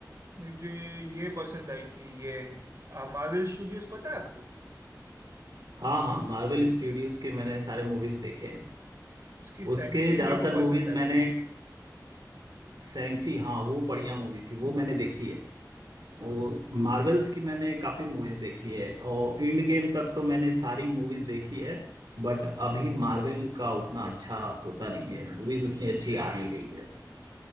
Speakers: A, on the right; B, on the right.
A: मुझे ये पसंद आई थी ये मार्वल स्टूडियोज पता है आपको
B: हाँ हाँ मार्वल स्टूडियोज के मैंने सारे मूवीज देखे हैं
A: उसकी सैंची
B: उसके ज्यादातर
A: मेरे को
B: मूवीज
A: पसंद आई
B: मैंने
A: थी
B: सैंची हाँ वो बढ़िया मूवी थी वो मैंने देखी है
A: हाँ
B: वो
A: उस-
B: मार्वल्स की मैंने काफी मूवीज देखी है और एंड गेम तक तो मैंने सारी मूवीज देखी है बट अभी मार्वल का उतना अच्छा होता नहीं है मूवीज उतनी अच्छी आ नहीं रही है